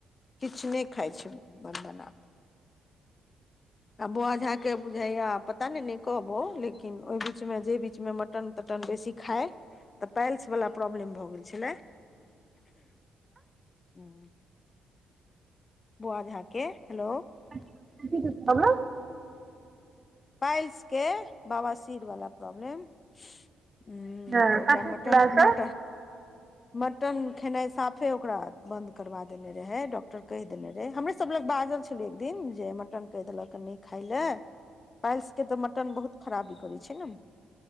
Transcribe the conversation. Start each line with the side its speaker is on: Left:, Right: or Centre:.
Left: किछु नहि खाइ छै बन्दन आब। आ बौआ झा के बुझाईया पता ने नय कहबौ लेकिन ओहि बीचमें जे बीचमे मटन टन बेसी खाइ त पैल्स वला प्रॉब्लेम भऽ गेल छलै। <inaudible> बौआ झा के, हेलो
Right: कथि के प्रॉब्लेम?
Left: पाइईल्स के बाबासीर बला प्रॉब्लेम। ह्म्म
Right: हँ
Left: त ओकरा
Right: कथी
Left: मटन
Right: छलै से
Left: मटन
Right: हँ
Left: मटन खेनाइ साफे ओकरा बंन्द करबा देने रहै, डॉक्टर कहि देने रहे हमर सा सब लग बाजल छलय एक दिन जे मटन कहि देलक न खाय ले। पाईल्स के तऽ मटन बहुत खराबी करै छै न।